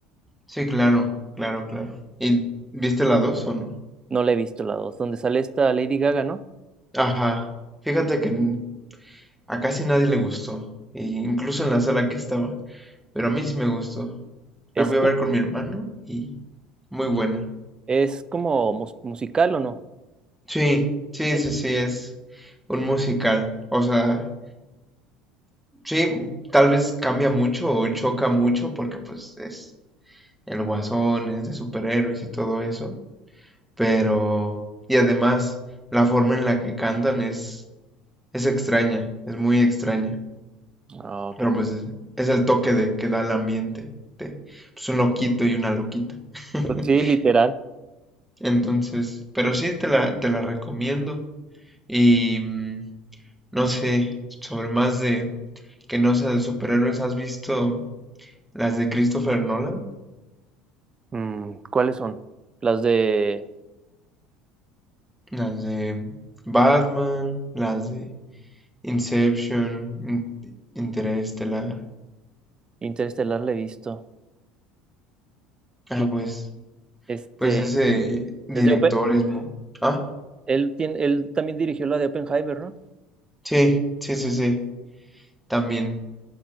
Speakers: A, in the centre; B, on the right.
A: sí, claro, claro, claro. ¿Y viste la 2 o no?
B: No la he visto la dos, donde sale esta Lady Gaga, ¿no?
A: Ajá. Fíjate
B: Sí.
A: que n- a casi nadie le gustó, e incluso en la sala que estaba, pero a mí sí me gustó.
B: Es,
A: La fui a ver con mi hermano y muy buena.
B: ¿Es como mus- musical o no?
A: Sí, sí,
B: Sí.
A: sí, sí, es un musical. O sea, Sí, tal vez cambia mucho o choca mucho porque pues es el guasón, es de superhéroes y todo eso, pero... Y además, la forma en la que cantan es, es extraña, es muy extraña,
B: Ah, ok.
A: pero pues es, es el toque de que da el ambiente, de pues, un loquito y una loquita. <laughs>
B: Pues sí, literal.
A: Entonces, pero sí te la, te la recomiendo y mm, no sé, sobre más de que no sea de superhéroes, ¿has visto las de Christopher Nolan?
B: Mm, ¿cuáles son? Las de
A: Las de Batman, las de Inception, In- Interestelar.
B: Interestelar la he visto.
A: Ah,
B: Sí,
A: pues,
B: este,
A: pues ese director
B: es de Open-
A: es muy... Ah,
B: él tiene, él también dirigió la de Oppenheimer, ¿no?
A: sí, sí, sí, sí, también.